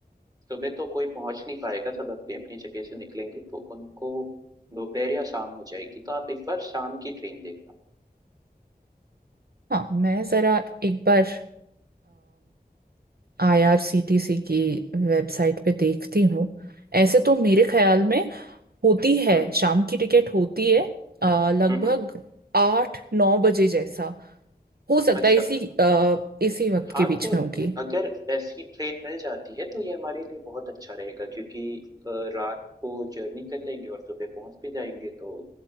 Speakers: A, on the right; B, on the right.
A: सुबह तो कोई पहुंच नहीं पाएगा सब अपनी अपनी जगह से निकलेंगे तो उनको दोपहर या शाम हो जाएगी तो आप एक बार शाम की ट्रेन देखना
B: हाँ मैं जरा एक बार आईआरसीटीसी की वेबसाइट पे देखती हूँ ऐसे तो मेरे ख्याल में होती है
A: हम्म
B: शाम की टिकट होती है अ, लगभग
A: हम्म हम्म।
B: आठ नौ बजे जैसा हो सकता
A: अच्छा
B: है इसी अ, इसी वक्त
A: हाँ,
B: के बीच
A: तो
B: में होगी
A: अगर ऐसी ट्रेन मिल जाती है तो ये हमारे लिए बहुत अच्छा रहेगा क्योंकि अ, रात को जर्नी कर लेंगे और सुबह पहुंच भी जाएंगे तो